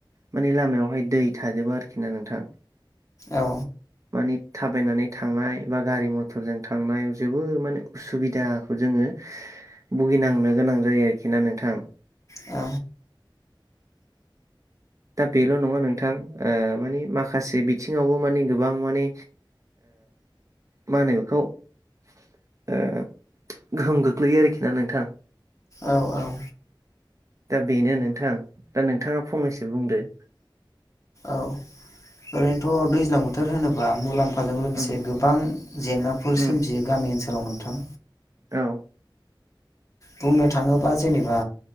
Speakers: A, on the right; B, on the left.
A: माने लामायावहाय दै थाजोबो आरोखि ना नोंथां।
B: औ।
A: बे थाबायनानै थांनाय बा गारि मथरजों थांनायाव जोबोर माने उसुबिदाखौ जोङो भुगिनांनो गोनां जायो आरोखि ना नोंथां।
B: औ।
A: दा बेल' नङा नोंथां माने माखासे बिथिङावबो माने गोबां माने मा होनो बेखौ ओ गोहोम गोख्लैयो आरोखि ना नोंथां।
B: औ औ
A: दा बेनो नोंथां दा नोंथाङा फंनैसो बुंदो।
B: औ ओरैनोथ' दैज्लां बोथोर होनोब्ला मुलाम्फा फाजों लोगोसे
A: उम
B: गोबां जेंनाफोर
A: उम
B: सोमजियो गामि ओनसोलाव नोंथां।
A: औ।
B: बुंनो थाङोबा जेनेबा